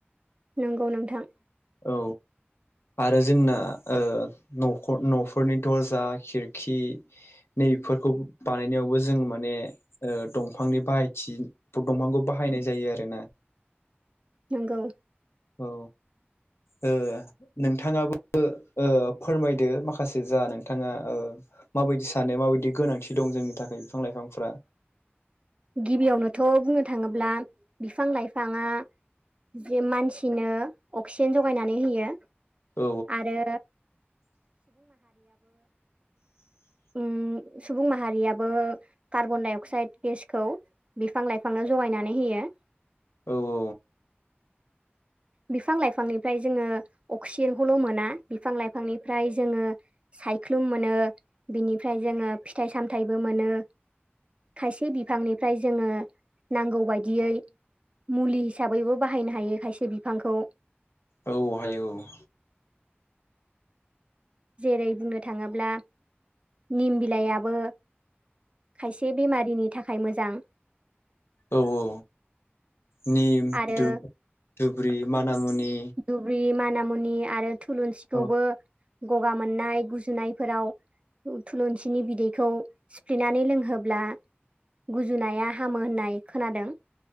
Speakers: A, on the right (about 30°); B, on the left (about 85°).
A: नंगौ नोंथां।
B: औ। आरो जोंना ओ न'खर न'फोरनि दर्जा खिरखि बैफोरखौ बानायनायावबो जों माने दंफांनि बाहायथि दंफांखौ बाहायनाय जायो आरोना।
A: नंगौ।
B: औ ओ नोंथां नोंथाङाबो ओ फोरमायदो माखासे जा नोंथाङा ओ माबायदि सानो माबायदि गोनांथि दं जोंनि थाखाय बिफां लाइफांफ्रा।
A: गिबियावनोथ' बुंनो थाङोब्ला बिफां लाइफाङा जे मानसिनो अक्सिजेन जगायनानै होयो
B: औ
A: आरो
B: <inaudible>
A: ओं सुबुं माहारियाबो कार्बन डाइ अक्साइद गेसखौ। बिफां लाइफांनो जगायनानै होयो।
B: औ औ।
A: बिफां लाइफांनिफ्राय जोङो अक्सिजेनखौल' मोना बिफां लाइफांनिफ्राय जोङो सायख्लुम मोनो बिनिफ्राय जोंङो फिथाइ सामथाइबो मोनो। खायसे बिफांनिफ्राय जोङो नांगौ बायदियै। मुलि हिसाबैबो बाहायनो हायो खायसे बिफांखौ।
B: औ हायो औ।
A: जेरै बुंनो थाङोब्ला निम बिलायाबो। खायसे बेमारिनि थाखाय मोजां।
B: औ औ। निम
A: आरो
B: दुब दुब्रि मानामुनि
A: दुब्रि माना मुनि। आरो थुलुंसिखौबो
B: औ
A: गगा मोननाय गुजुनायफोराव थुलुंसिनि बिदैखौ सिफ्लेनानै लोंहोब्ला गुजुनाया हामो होननाय खोनादों।